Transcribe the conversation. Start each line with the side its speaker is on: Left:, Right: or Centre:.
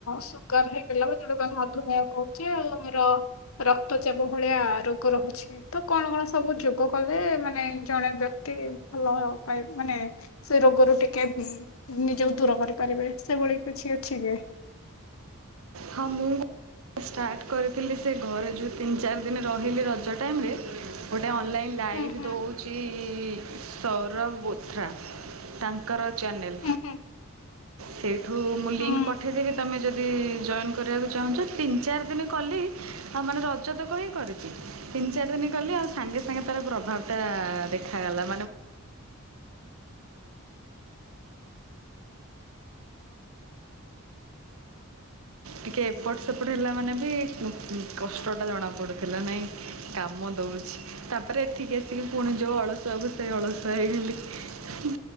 Left: ସୁଗାର ହେଇଗଲା ବା ଯଉଟାକ ଆମେ ମଧୁମେହ କହୁଛେ ଆଉ ଆମର ରକ୍ତ ଚାପ ଭଳିଆ ରୋଗ ରହୁଛି ତ କଣ କଣ ସବୁ ଯୋଗ କଲେ ମାନେ ଜଣେ ବ୍ୟକ୍ତି ଭଲ ପାଇବେ। ମାନେ ସେ ରୋଗରୁ ଟିକେ ନିଜକୁ ଦୂର କରିପାରିବେ ସେଭଳି କିଛି ଅଛି କି?
Right: ହଁ ମୁଁ ଷ୍ଟାର୍ଟ କରିଥିଲି ସେ ଘରେ ଯେଉଁ ତିନି ଚାରି ଦିନ ରହିଲି ରଜ ଟାଇମରେ। ଗୋଟେ ଅନଲାଇନ୍ ଲାଇଭ୍
Left: ହୁଁ ହୁଁ
Right: ଦଉଛି। ସୌରଭ ବୋଥ୍ରା ତାଙ୍କର ଚ୍ୟାନେଲ
Left: ହୁଁ ହୁଁ
Right: ସେଇଠୁ ମୁଁ
Left: ହୁଁ
Right: ଲିଙ୍କ ପଠେଇଦେବି ତମେ ଯଦି ଜଏନ୍ କରିବାକୁ ଚାହୁଁଛୁ ତିନି ଚାରି ଦିନ କଲି ଆଉ ମାନେ ରଜ ତକ ହିଁ କରିଛି। ତିନି ଚାରି ଦିନ କଲି ଆଉ ସାଙ୍ଗେ ସାଙ୍ଗେ ତାର ପ୍ରଭାବ ଟା ଦେଖାଗଲା। ଟିକେ ଏପଟ ସେପଟ ହେଲା ମାନେ ବି କଷ୍ଟଟା ଜଣାପଡ଼ୁଥିଲା ନାଇଁ କାମ ଦଉଛି ତାପରେ ଏଠିକି ଆସିକି ପୁଣି ଯୋଉ ଅଳସୁଆକୁ ସେଇ ଅଳସୁଆ ହେଇଗଲି ହିଁ।